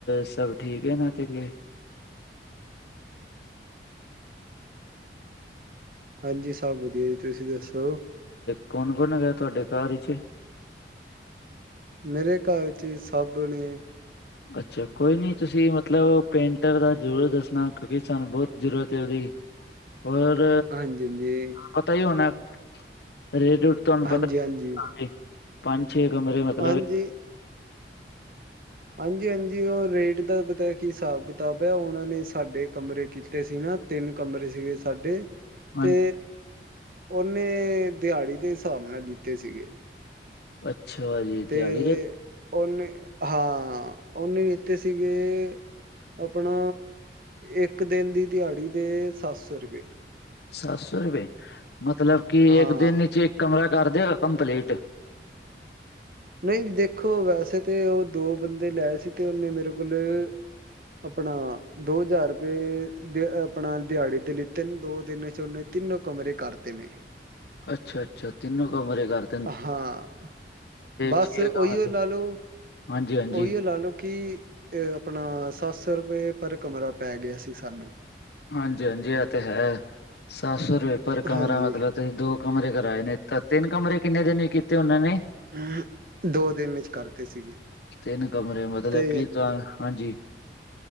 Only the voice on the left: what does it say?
ਸਭ ਠੀਕ ਹੈ ਨਾ ਤੇਰੇ?
ਕੌਣ ਕੌਣ ਹੈਗਾ ਤੁਹਾਡੇ ਘਰ ਵਿਚ।
ਅੱਛਾ, ਕੋਈ ਨਹੀਂ ਤੁਸੀਂ ਮਤਲਬ ਪੇਂਟਰ ਦਾ ਜ਼ਰੂਰ ਦੱਸਣਾ, ਕਿਉਂਕਿ ਸਾਨੂੰ ਬਹੁਤ ਜ਼ਰੂਰਤ ਹੈ ਉਹਦੀ।
ਔਰ
ਪਤਾ ਹੀ ਹੋਣਾ ਰੇਟ ਤੁਹਾਨੂੰ
ਪਤਾ ਹੀ
ਹੋਣਾ ਜੀ। ਪੰਜ ਛੇ ਕਮਰੇ ਮਤਲਬ
ਹਾਂ
ਅੱਛਾ ਜੀ
ਦਿਹਾੜੀ ਦ
ਸੱਤ ਸੌ ਰੁਪਏ ਮਤਲਬ ਕਿ
ਇੱਕ ਦਿਨ ਚ ਇੱਕ ਕਮਰਾ ਕਰਦੇ ਆ ਕੰਪਲੀਟ।
ਅੱਛਾ-ਅੱਛਾ ਤਿੰਨੋ ਕਮਰੇ ਕਰ।
ਛੇ
ਕਮਰੇ
ਹਾਂਜੀ ਹਾਂਜੀ
ਹਾਂਜੀ-ਹਾਂਜੀ ਇਹ ਤੇ ਹੈ। ਸੱਤ ਸੌ ਰੁਪਏ ਪਰ ਕਮਰਾ
ਮਤਲਬ ਤੁਸੀਂ ਦੋ ਕਮਰੇ ਕਰਾਏ ਨੇ ਤਾਂ ਤਿੰਨ ਕਮਰੇ ਕਿੰਨੇ ਦਿਨ ਹੀ ਕੀਤੇ ਉਹਨਾਂ ਨੇ।
ਤਿੰਨ ਕਮਰੇ ਮਤਲਬ
ਕੀ ਤਾਂ ਹਾਂਜੀ।